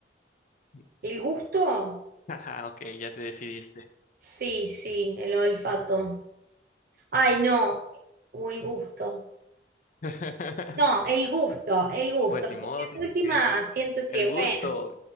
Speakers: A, on the left (about 45°); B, on the right (about 55°).
A: <laughs>
B: el gusto.
A: Ajá, ok, ya te decidiste.
B: Sí, sí, el olfato. Ay, no, o el gusto.
A: <laughs>
B: No, el gusto, el gusto.
A: Pues
B: Porque
A: ni modo, tienes
B: de última
A: que.
B: siento
A: El
B: que, bueno,
A: gusto.